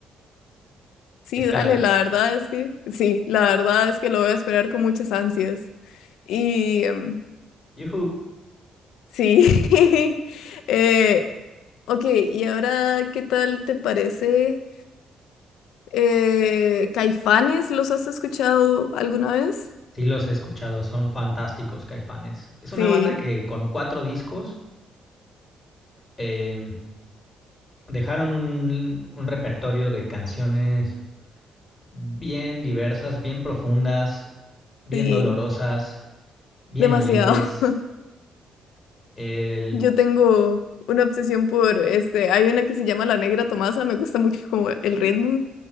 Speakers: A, on the left (about 85°); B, on the left (about 20°).
A: Sí,
B: Espéralo.
A: dale, la verdad es que, sí, la verdad es que lo voy a esperar con muchas ansias. Y em,
B: Yuhu.
A: sí, <laughs> eh, ok, y ahora, ¿qué tal te parece? Eh, ¿Caifanes los has escuchado alguna vez?
B: Sí, los he escuchado, son fantásticos Caifanes. Es
A: Sí,
B: una banda que con cuatro discos eh, dejaron un, un repertorio de canciones bien diversas, bien profundas, bien
A: sí,
B: dolorosas, bien
A: demasiado.
B: alegres.
A: <laughs>
B: El...
A: Yo tengo una obsesión por, este, hay una que se llama La Negra Tomasa, me gusta mucho como el ritmo.